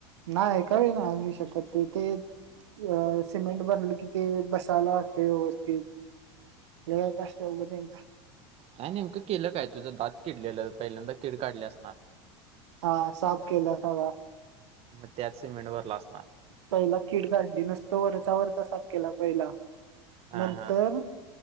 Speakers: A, on the right; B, on the right.
A: नाय काय नाय <unintelligible> त ते- अ सिमेंट भरल कि ते बसायला लागतंय व्यवस्थित. हे एक असत्या मंग त्यांचं.
B: हां. नेमकं केलं काय? तुझं दात किडलेलं पहिल्यांदा किड काढली असणार.
A: हा. साफ केला सगळा.
B: मग त्यात सिमेंट भरलं असणार.
A: पहिला कीड काढली. नुसता वरचा वरचा साफ केला पहिला.
B: हा
A: नंतर-
B: हा